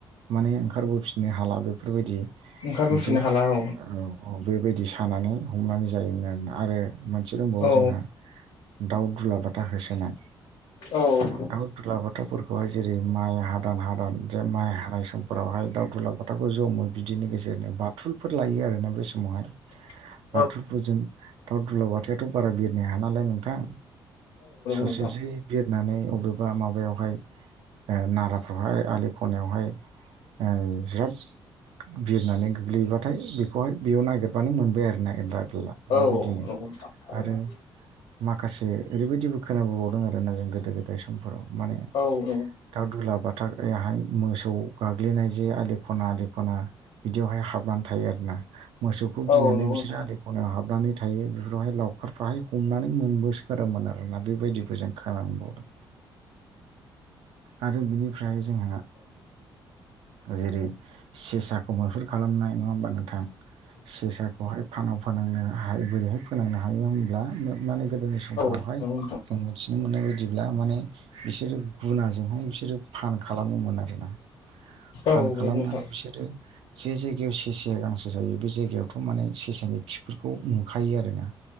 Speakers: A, on the right; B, on the left.
A: माने ओंखारबोफिननो हाला बेफोरबायदि
B: ओंखारबोफिननो
A: मोनसे ओ
B: हाला औ
A: औ। बेबायदि सानानै हमनानै जायोमोन आरोना आरो मोनसे दंबावो
B: औ
A: जोंहा दाउ दुलाबाथा होसोनाय।
B: औ
A: दाउ दुला बाथाफोरखौहाय जेरै माइ हादान हादान जे माइ हानाय समफोरावहाय दाउ दुला बाथाखौ जमो बिदिनो गेजेरनो बाथुलफोर लायो आरोना बे समावहाय।
B: <inaudible>
A: बाथुल फोरजों दाउ दुलबाथायाथ' बारा बिरनो हायानालाय नोंथां। ससे
B: नोंथां
A: जि बिरनानै अबेबा माबायावहाय ओ नाराफ्रावहाय आलि खनायावहाय ओ ज्राब बिरनानै गोग्लैहैबाथाय बेखौहाय बेयाव नागिरबानो मोनबाय आरो ना ए <unintelligible> बेबायदिनो
B: औ नंगौ नोंथां थारैनो
A: आरो माखासे ओरैबायदिबो खोनाबोबावदों आरोना जों गोदो गोदाय समफोराव माने
B: औ नंगौ।
A: दाउ दुलाबाथार हाय मोसौ गाग्लिनाय जे आलि खना आलि खना। बिदियावहाय हाबनानै थायो आरोना। मोसौखौ गिनानै
B: औ नंगौ
A: बिसोरो
B: नोंथां
A: आलि खना हाबनानै थायो बेफोरावहाय लावखारफ्राहाय हमनानै मोनबोसखारोमोन आरोना बेबायदिबो जों खालाम बावदों। आरो बिनिफ्राय जोंहा जेरै सेसाखौ मैहुर खालामनाय नङा होमबा नोंथां। सेसाखौहाय फानाव फोनांनो हाय बोरैहाय फोनांनो हायो होनोमब्ला माने गोदोनि सम समफोरावहाय
B: औ नंगौ नोंथां
A: जों मिथिनो मोननाय बायदिब्ला माने बिसोरो गुनाजों हाय बिसोरो फान खालामोमोन आरोना फान
B: औ
A: खालामनानै
B: नंगौ नोंथां
A: बिसोरो जे जायगायाव सेसेया गांसो जायो बे जायगायावथ' माने सेसानि खि बेफोरखौ नुखायो आरोना